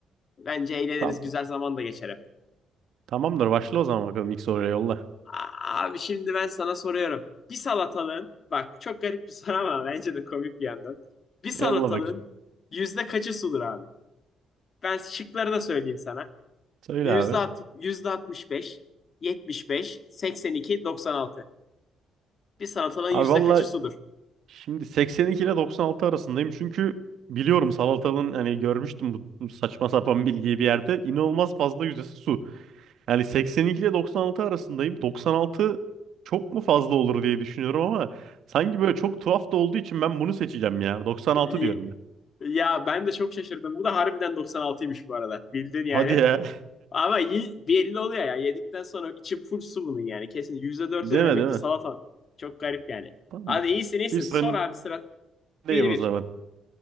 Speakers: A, on the left; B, on the right.
A: Bence eğleniriz
B: Tamamdır.
A: güzel zaman da geçer hep.
B: Tamamdır başla o zaman bakalım ilk soruya yolla.
A: A- Abi şimdi ben sana soruyorum. Bir salatalığın, bak çok garip bir soru ama bence de komik bir yandan. Bir salatalığın
B: Yolla bakayım.
A: yüzde kaçı sudur abi? Ben şıkları da söyleyeyim sana.
B: Söyle
A: Yüzde,
B: abi.
A: alt- yüzde altmış beş, yetmiş beş, seksen iki, doksan altı. Bir salatalığın
B: Abi
A: yüzde
B: valla
A: kaçı sudur?
B: Şimdi 82 ile 96 arasındayım çünkü biliyorum salatalığın hani görmüştüm bu bu saçma sapan bilgiyi bir yerde. İnanılmaz fazla yüzdesi su. Yani 82 ile 96 arasındayım. 96 çok mu fazla olur diye düşünüyorum ama sanki böyle çok tuhaf da olduğu için ben bunu seçeceğim ya. 96
A: Ee,
B: diyorum ben.
A: Ya ben de çok şaşırdım. Bu da harbiden doksan altıymış bu arada. Bildin yani.
B: Hadi ya.
A: Ama ye- belli oluyor ya. Yedikten sonra içim full su bunun yani. Kesin. %4'ü
B: <laughs> Değil
A: de
B: mi
A: demek
B: değil mi?
A: ki salatalık Çok garip yani.
B: Tamamdır.
A: Hadi iyisin iyisin.
B: Bir sorun
A: Sor abi sıra.
B: öndeyim
A: bir
B: o
A: bir
B: zaman.